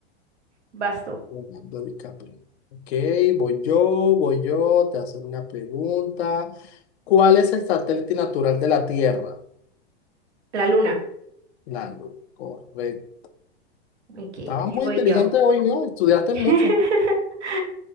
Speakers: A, on the right; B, on the left.
A: vas tú.
B: Leonardo DiCaprio. Ok, voy yo, voy yo, te voy a hacer una pregunta. ¿Cuál es el satélite natural de la Tierra?
A: La luna.
B: La Luna, correcto.
A: Ok,
B: Estabas
A: ahí
B: muy
A: voy
B: inteligente
A: yo.
B: hoy, ¿no? Estudiaste
A: <laughs>
B: mucho.